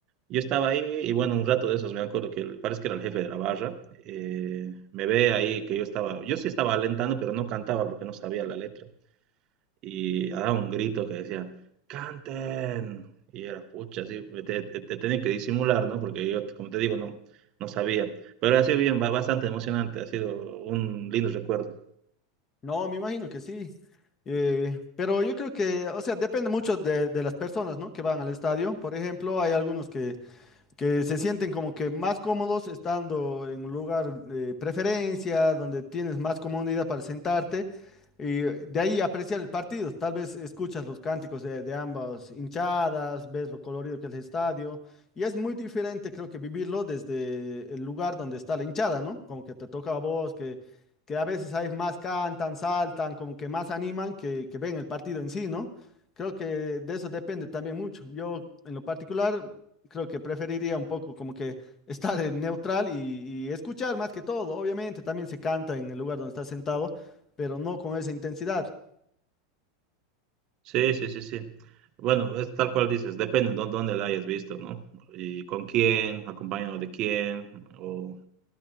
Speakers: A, on the right; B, on the left.
A: yo estaba ahí y bueno, un rato de esos me acuerdo que el- parece que era el jefe de la barra, eh, me ve ahí que yo estaba, yo sí estaba alentando, pero no cantaba porque no sabía la letra. Y daba un grito que decía, ¡canten! Y era, pucha, así, me te, te- te tenía que disimular, ¿no? Porque yo, como te digo, no, no sabía. Pero ha sido bien, ba- bastante emocionante, ha sido un lindo recuerdo.
B: No, me imagino que sí. Eh, pero yo creo que, o sea, depende mucho de, de las personas, ¿no? Que van al estadio. Por ejemplo, hay algunos que que se sienten como que más cómodos estando en un lugar de preferencia, donde tienes más comodidad para sentarte y de ahí apreciar el partido. Tal vez escuchas los cánticos de, de ambas hinchadas, ves lo colorido que es el estadio y es muy diferente creo que vivirlo desde el lugar donde está la hinchada, ¿no? Como que te toca a vos, que, que a veces hay más cantan, saltan, como que más animan que, que ven el partido en sí, ¿no? Creo que de eso depende también mucho. Yo, en lo particular, creo que preferiría un poco como que <laughs> estar en neutral y, y escuchar más que todo. Obviamente también se canta en el lugar donde estás sentado, pero no con esa intensidad.
A: Sí, sí, sí, sí. Bueno, es tal cual dices, depende de dónde la hayas visto, ¿no? Y con quién, acompañado de quién, o...